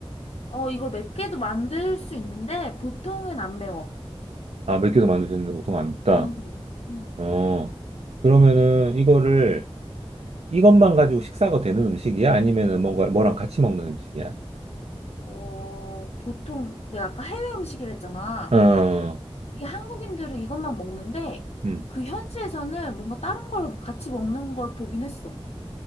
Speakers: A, on the left; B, on the right.
A: 어, 이걸 맵게도 만들 수 있는데 보통은 안 매워.
B: 아, 맵기도 만들 수 있는데 보통 안 맵다.
A: 음. 음.
B: 어, 그러면은 이거를 이것만 가지고 식사가 되는 음식이야? 아니면은 뭔가 뭐랑 같이 먹는 음식이야?
A: 어, 보통 내가 아까 해외 음식이라 했잖아.
B: 어,
A: 이게 한국인들은 이것만 먹는데
B: 음.
A: 그 현지에서는 뭔가 다른 걸 같이 먹는 걸 보긴 했어.